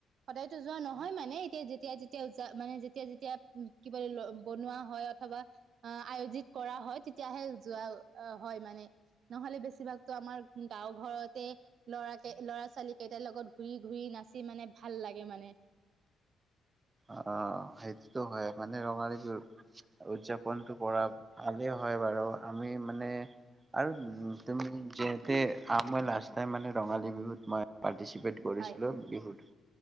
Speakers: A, on the right; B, on the right.
A: সদায়তো যোৱা নহয় মানে, এতিয়া যেতিয়া যেতিয়া যা মানে যেতিয়া যেতিয়া উম কি বুলে ল- বনোৱা হয় অথবা আয়োজিত কৰা হয় তেতিয়াহে যোৱা অ হয় মানে। নহলে বেছিভাগতো আমাৰ গাঁও ঘৰতে- লৰাকে ল'ৰা ছোৱালী কেইটাৰ লগত ঘূৰি ঘূৰি নাচি মানে ভাল লাগে মানে।
B: অঁ' সেইটোতো হয় মানে ৰঙালী বিহুত- উদযাপনটো কৰা ভালে হয় বাৰু। আমি মানে আৰু তুমি যেতেঁ- আৰু মই লাষ্ট টাইম মানে ৰঙালী বিহুত- মই পাৰ্টিচিপেট কৰিছিলো
A: হয়
B: বিহুত।